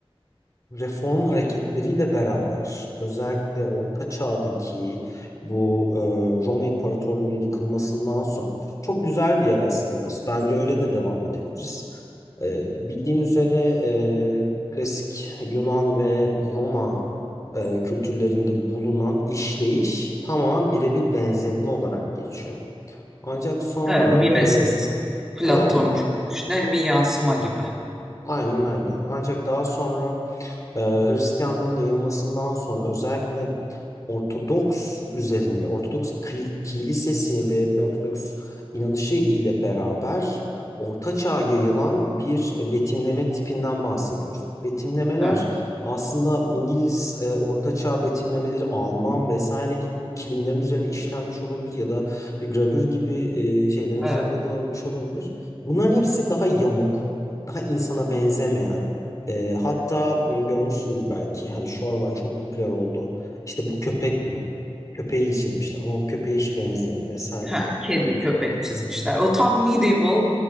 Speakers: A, on the left; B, in the centre.
A: reform hareketleriyle beraber, özellikle Orta Çağ'daki bu e, Roma İmparatorluğu'nun yıkılmasından sonra çok güzel bir yer aslında burası. Bence öyle de devam edebiliriz. Ee, bildiğin üzere e, klasik Yunan ve Roma e, kültürlerinde bulunan işleyiş tamamen birebir benzetme olarak geçiyor. Ancak sonra
B: Evet, mimesis.
A: e,
B: Platoncu
A: aynen,
B: işte bir yansıma gibi.
A: aynen öyle. Ancak daha sonra e, Hristiyanlığın yayılmasından sonra özellikle Ortodoks üzerinde, Ortodoks kli- kilisesi ve Ortodoks inanışı ile beraber Orta Çağ'a yayılan bir betimleme tipinden bahsediyoruz. Bu betimlemeler
B: Evet,
A: aslında İngiliz e, Orta Çağ betimlemeleri, Alman vesaire gibi bu kilimlerin üzerine işlenmiş olabilir ya da bir gravür gibi e, şeylerin üzerinde
B: evet.
A: dağılmış olabilir. Bunların hepsi daha yamuk, daha insana benzemeyen, ee, hatta görmüşsündür belki hani şu aralar çok popüler oldu. İşte bu köpek mi? Köpeği çizmişler ama bu köpeğe hiç benzemiyor vesaire
B: Ha,
A: gibi.
B: kedi, köpek çizmişler. O tam medieval